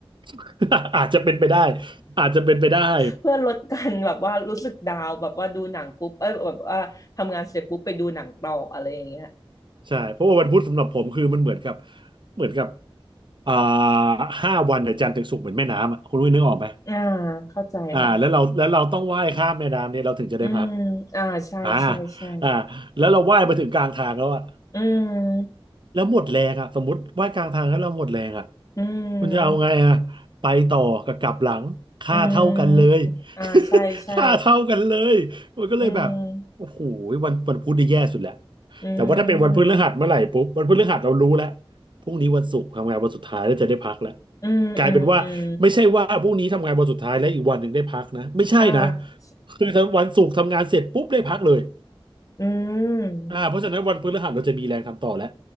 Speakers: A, on the right; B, on the left.
A: <laughs> อาจจะเป็นไปได้อาจจะเป็นไปได้
B: เพื่อลดการแบบว่ารู้สึกดาวน์แบบว่าดูหนังปุ๊บเอ้ยแบบว่าทำงานเสร็จปุ๊บไปดูหนังต่ออะไรอย่างเงี้ย
A: ใช่เพราะว่าวันพุธสำหรับผมคือมันเหมือนกับเหมือนกับอ่าห้าวันเนี่ยจันทร์ถึงศุกร์เหมือนแม่น้ำอ่ะคุณรู้ยนึกออกไหม
B: อ่าเข้าใจค่ะ
A: อ่าแล้วเราแล้วเราต้องว่ายข้ามแม่น้ำเนี่ยเราถึงจะได้พัก
B: อืมอ่าใช่ใช่ใช่
A: อ่าอ่าแล้วเราว่ายมาถึงกลางทางแล้วอ่ะ
B: อืม
A: แล้วหมดแรงอ่ะสมมติว่ายกลางทางแล้วเราหมดแรงอ่ะ
B: อืม
A: คุณจะเอาไงอ่ะไปต่อกับกลับหลังค่าเท่ากันเลย
B: อืมอ่าใช่ใช่
A: <laughs> ค่าเท่ากันเลยมันก็เลยแบบโอ้โหวันวันพุธนี่แย่สุดแหละ
B: อืมอื
A: แต่ว่าถ้าเป็นวันพฤหัสเมื่อไหร่ปุ๊บวันพฤหัสเรารู้แล้ว
B: ม
A: พรุ่งนี้วันศุกร์ทำงานวันสุดท้ายแล้วจะได้พักแล้ว
B: อืมอืมอืม
A: กลายเป็นว่าไม่ใช่ว่าพรุ่งนี้ทำงานวันสุดท้ายแล้วอีกวันหนึ่งได้พักนะไม่ใช่นะ
B: อ่า
A: คือถ้าวันศุกร์ทำงานเสร็จปุ๊บได้พักเลย
B: อืม
A: อ่าเพราะฉะนั้นวันพฤหัสเราจะมีแรงทำต่อแล้ว